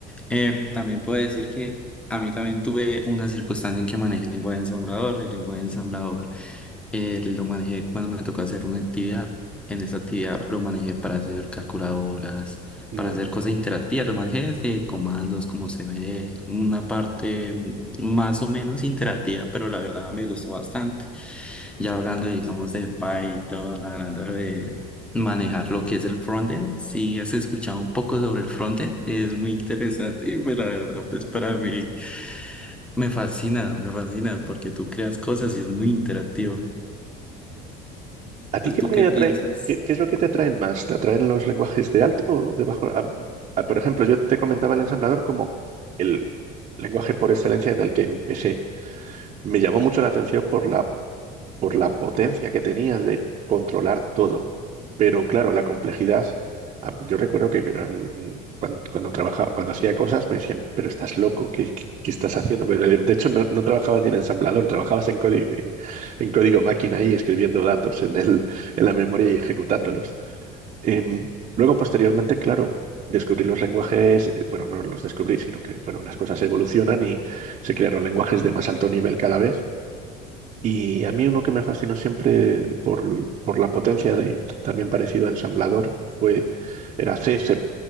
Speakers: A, in the centre; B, on the right.
A: Eh, también puedo decir que a mí también tuve una circunstancia en que manejé el lenguaje ensamblador. El lenguaje ensamblador eh, lo manejé cuando me tocó hacer una actividad. En esa actividad lo manejé para hacer calculadoras,
B: mm,
A: para hacer cosas interactivas. Lo manejé desde comandos, como se ve, una parte mm, más o menos interactiva, pero la verdad me gustó bastante. Ya hablando, digamos, de Python, hablando de manejar lo que es el frontend. Si has escuchado un poco sobre el frontend, es muy interesante y pues la verdad, pues para mí me fascina, me fascina porque tú creas cosas y es muy interactivo.
B: ¿A ti
A: ¿Tú
B: qué
A: tú
B: te
A: qué piensas?
B: atrae? ¿Qué, qué es lo que te atraen más? ¿Te atraen los lenguajes de alto o de bajo? Ah, ah, por ejemplo, yo te comentaba el ensamblador como el lenguaje por excelencia en el que empecé. Me llamó mucho la atención por la por la potencia que tenías de controlar todo. Pero claro, la complejidad, ah, yo recuerdo que um, mm, cuan- cuando, trabajaba, cuando hacía cosas me decían, pero estás loco, ¿qué, qué- qué estás haciendo? Pero, eh, De hecho, no, no trabajabas ni en ensamblador, trabajabas en código, en, en código máquina y escribiendo datos en el, en la memoria y ejecutándolos. Em, luego, posteriormente, claro. Descubrí los lenguajes, eh, bueno, no los descubrí, sino que, bueno, las cosas evolucionan y se crearon lenguajes de más alto nivel cada vez y a mí uno que me fascinó siempre por, por la potencia, de, también parecido a ensamblador, fue, era C, C++.